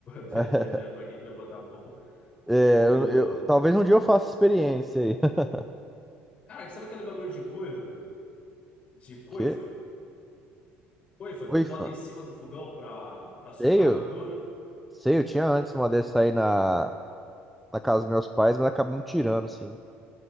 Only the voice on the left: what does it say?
verdade,
né? Pra quem que vai botar a mão?
O...
Cara, sabe aquele bagulho de coifa? De coifa?
Coifa que
tu bota
em cima do fogão pra, pra sugar
a gordura?